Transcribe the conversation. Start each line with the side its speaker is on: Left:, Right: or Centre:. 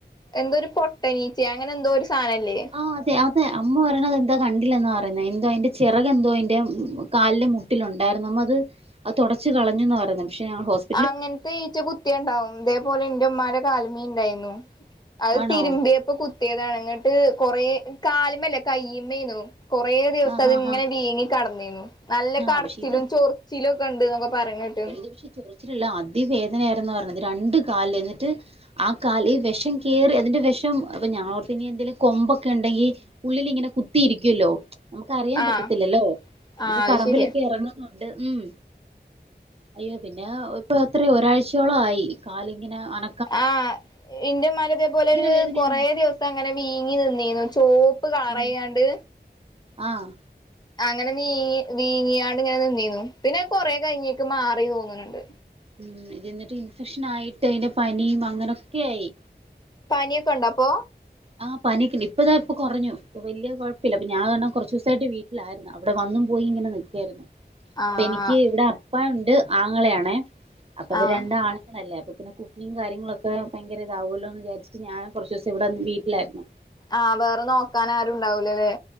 Left: എന്തോ ഒരു പൊട്ടനീച്ചേ അങ്ങനെ എന്തോ ഒരു സാനംല്ലേ.
Right: ആ അതെ അതെ അമ്മ പറീണത് എന്തൊ കണ്ടില്ലെന്നാ പറീണത് എന്തോ അതിന്റെ ചെറകെന്തോ അതിന്റെ കാലിലെ മുട്ടിലുണ്ടായിരുന്നു അമ്മ ത് അത് തൊടച്ച് കളഞ്ഞൂന്നാ പറയുന്നെ പക്ഷെ ആ ഹോസ്
Left: അങ്ങനത്തെ ഈച്ച കുത്തിയാണ്ടാവും ഇതേപോലെ ഇന്റെ ഇമ്മാന്റെ കാല് മ്മീണ്ടേയ്ന്നു. അത്
Right: ആണോ
Left: തിരുമ്പീയെപ്പോ കുത്തിയതാണ് ഇന്ന്ട്ട് കൊറേ കാല്മല്ല കയ്യ്മ്മേയ്ന്നു. കൊറേ ദിവസം
Right: ആഹ്
Left: അത്
Right: ആഹ്
Left: ഇങ്ങനെ വീങ്ങി കടന്നീന്നു. നല്ല
Right: ആഹ്
Left: കടച്ചിലും
Right: ആഹ് പക്ഷെ ഇത്
Left: ചൊറിച്ചിലും ഒക്കെ ഇണ്ട് എന്നൊക്കെ പരിണേ കേട്ടു
Right: <inaudible> വെച്ചിരില്ല അതി വേദനായിരുന്നു പറഞ്ഞത് രണ്ട് കാല എന്നിട്ട് ആ കാല് ഈ വിഷം കേറി അതിന്റെ വിഷം അപ്പൊ ഞാൻ ഓർത്തു ഇനി എന്തെങ്കിലും കൊമ്പൊക്കെ ഉണ്ടെങ്കിൽ ഉള്ളിലിങ്ങനെ കുത്തിയിരിക്കുവല്ലോ നമുക്ക് അറിയാൻ പറ്റത്തില്ലല്ലോ
Left: ആഹ് ആഹ്
Right: ഇതിപ്പോ
Left: അത്
Right: പറമ്പിലൊക്കെ
Left: ശരിയാ
Right: ഇറങ്ങുന്നുണ്ട് ഉം അയ്യോ പിന്നെ ഇപ്പൊ അത്ര ഒരാഴ്ചയോളം ആയി കാലിങ്ങനെ അന
Left: ആഹ് ഇന്റെ ഇമ്മന്റെ ഇതേപോലെ ഒര്
Right: വേദനയാന്ന്
Left: കൊറേ ദിവസ സങ്ങനെ വീങ്ങി നിന്നിനു ചോപ്പ് കളറായിണ്ടാണ്ട്
Right: ഉം ആഹ്
Left: അങ്ങനെ നീങ്ങി വീങ്ങിയാണ്ട് ഇങ്ങനെ നിന്നീന്നു പിന്നെ കൊറെ കഴിഞ്ഞേക്ക് മാറി തോന്നുന്നുണ്ട്
Right: ഉം ഇത് എന്നിട്ട് ഇൻഫെക്ഷൻ ആയിട്ട് അതിന്റെ പനിയും അങ്ങനെക്കെക്കായി
Left: പാനിയൊക്കെ ഉണ്ടോ അപ്പൊ
Right: ആഹ് പനിയൊക്കെണ്ട് ഇപ്പൊതാ ഇപ്പ കുറഞ്ഞു ഇപ്പൊ വലിയഴപ്പില്ലപ്പൊ ഞാൻ പറഞ്ഞ കുറച്ച് ദിവസായിട്ട് വീട്ടില അവിടെ വന്നും പോയി ഇങ്ങനെ നിക്കായിരുന്നു
Left: ആഹ്
Right: ഇപ്പൊ എനിക്ക് ഇവിടെ അപ്പാ ഇണ്ട് ആങ്ങള ആണെ അപ്പൊ അവര്
Left: ആഹ്
Right: രണ്ട് ആണുങ്ങളല്ലേ അപ്പോ പിന്നെ കുക്കിങ് കാര്യങ്ങളൊക്കെ ഭയങ്കര ഇതാവുമല്ലോ എന്ന് വിചാരിച്ചിട്ട് ഞാൻ കൊറച്ചുസം ഇവിടെന്ന് വീട്ടിലായിരുന്നു
Left: ആഹ് വേറെ നോക്കാൻ ആരുണ്ടാവൂലല്ലേ